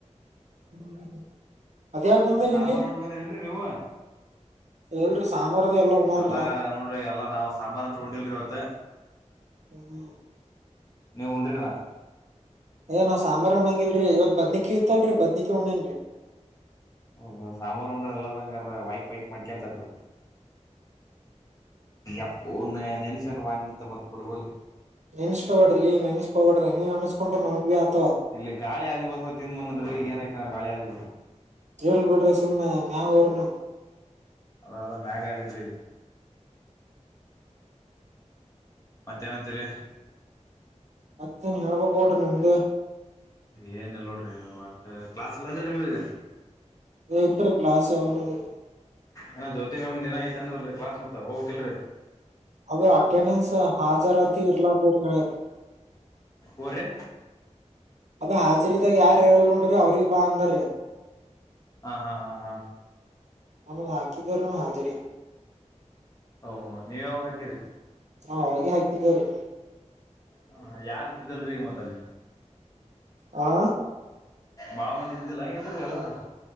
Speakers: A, on the right; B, on the left.
A: <unintelligible> ಅದ್ಯಾಗ ಬಂದ್ರಿ
B: ಸಾಂಬಾರ್
A: ಇಲ್ಲಿ
B: ಉಂಡ್ ಬಂದಿರನ್ರಿ ನೀವ.
A: ಎಲ್ರಿ ಸಾಂಬಾರ್ದು ಎಲ್ಲ. ಉಣಲ್ರಿ
B: ಎಲ್ಲ
A: ನಾವ್
B: ನೋಡ್ರಿ ಎಲ್ಲ ನಾವು ಸಾಂಬಾರ್ ಅಂತ ಉಂಡಿಲ್ರಿ ಇವತ್ತ.
A: ಹ್ಮ್್ಮ <unintelligible>
B: ನೀವು ಉಂಡ್ರೇನೇ
A: ಹೇ ಸಾಂಬಾರಿ ಉಣಂಗಲ್ರರಿ ಇವತ ಬದನೆಕಾಯಿ ಇತ್ತಲರಿ ಬದನೆಕಾಯಿ ಉಂಡಿನ್ರೀ
B: ಓ ಸಾಂಬಾರ್ ಉಂಡರ ಎಲ್ಲಾರ ಹಂಗಾರ ವೈಕ್ ವೈಕ್ ಮಾಡ್ಕೊಂತಾರ <inaudible> ಎಅಪ್ಪ ಒ ನೆನಸಿಕೊಂಡರೆ ವಾಮಿಟ್ ಬರುತ್ತೆ ಬಿಡರೀ ಹೋಗ್ಲಿ
A: ನೆನ್ಸ್ಕೊಬೇಡ್ರಿ ನೆನ್ಸ್ಕಬಡ್ರಿ ನೀನ್ ಅನ್ಸ್ಕ ನಮಗ್ ಭ ಬಿ ಆತವಾ
B: ಇಲ್ಲಿ ಗಾಳಿ ಆದಿಬಸವ ತಿಂದ್ಂದ್ರರಿ ಈ ಏನ ಐತ ಗಾಳಿ ಆದಿ
A: ಇರಲ ಬಿಡ್ರಿ ಸುಮ್ಮನೆ ಮ್ಯಾಗ್ ಹೋರಿ ನೀವು
B: ಅದ ಅದ ಮ್ಯಾಗ ಅದನ್ರಿ ಈಗ ಮತ್ತೇನಂತರಿ
A: ಮತ್ತೇನ್ ಹೇಳಬೇಕು ನೋಡ್ರಿ ನಿಮ್ಮದೇ
B: ಏನ್ ಇಲ್ಲ ನೋಡ್ರಿ ವಟ್ ಕ್ಲಾಸ್ ಇಲ್ಲನ್ರಿ ನಿಮ್ದ ಈಗ
A: ಎ ಇಲರಿ ಕ್ಲಾಸ್ ಯಾವ ನಮ್ಗ
B: ಏನ ಜ್ಯೋತಿ ಮ್ಯಾಮ್ ದಿನ ಯಐತ ಅಲರಿ ಕ್ಲಾಸ್ ಮತ್ತ ಹೋಗಬೇಕಲ್ರಿ
A: ಅದ ಅಟೆಂಡೆನ್ಸ್ ಹಾಜರತಿ ಇರ್ಲರ ದವರಿಗೇ
B: ಹೋರಿ
A: ಅದು ಹಾಜರಿದಾಗ ಯಾರ ಇರಲ್ಲ ನೋಡ್ರಿ ಅವ್ರಿಗ್ ಬಾ ಅಂದಾರೀ
B: ಹಾ ಹಾ ಹಾ ಹಾ
A: ನಮಗ ಹಾಕಿದರ ಹಾಜರಿ
B: ಓಹೋ ನೀವು ಯಾವಾಗ ಹಾಕಿರಿ
A: ಹಾ ಆವಾಗಿ ಹಾಕಿದೇವರೀ
B: ಹಾ ಹಾ ಯಾರ ಇದ್ದಿದಲ್ರಿ ಈಗ ಮತ್ತಲೆ
A: ಹಾ
B: ಬಾಳು ಮಂದಿ ಇದ್ದಿದಿಲ್ಲ ಇದರಿ ಎಲ್ಲರು